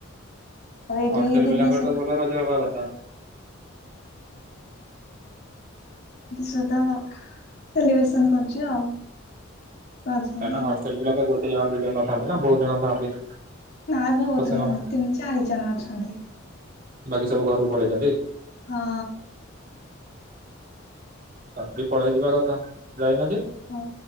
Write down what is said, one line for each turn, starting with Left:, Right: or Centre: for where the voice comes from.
Left: <unintelligible> ହ ସାଙ୍ଗସାଥି
Right: ହଷ୍ଟେଲ ପିଲାଙ୍କର ତ ଭଲ ରଜ ହବା କଥା
Left: ସହିତ ସେଲିବ୍ରେସନ୍ କରୁଛି ଆଉ ରଜରେ
Right: କାଇଁନା
Left: ଆଉ।
Right: ହଷ୍ଟେଲ ପିଲାତ ବହୁତ ଦିଇଜଣ ପିଲା ନଥାନ୍ତି ନା ବହୁତ ଜଣ ଥାନ୍ତି।
Left: ନା ବହୁତ
Right: ତ ସେମାନେ
Left: ନୁହଁ ତିନି ଚାରି ଜଣ ଅଛନ୍ତି।
Right: ବାକି ସବୁ ଘରକୁ ପଳେଇଚନ୍ତି
Left: ହଁ।
Right: ତମେ ବି ପଳେଇଯିବା କଥା ଯାଇନ ଯେ
Left: ହଁ